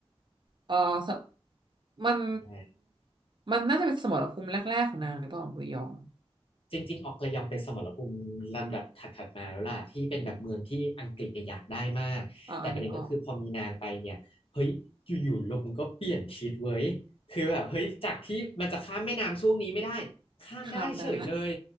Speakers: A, on the right (about 50°); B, on the left (about 60°).
A: เออสมัน
B: อ
A: มันน่าจะเป็นสมรภูมิแรกๆของนางหรือเปล่าของกุยอง
B: จริงๆออกระยองเป็นสมรภูมิลำดับถัดๆมาแล้วล่ะที่เป็นแบบเมืองที่อังกฤษเนี่ยอยากได้มากแต่ประเด็นก็คือพอมีนางไปเนี่ยเฮ้ยอยู่ๆลมก็เปลี่ยนทิศเว้ยคือแบบเฮ้ยจากที่มันจะข้ามแม่น้ำช่วงนี้ไม่ได้
A: อืมอ่าอันนึกออก
B: ข้ามได้เฉยเลย
A: ข้ามได้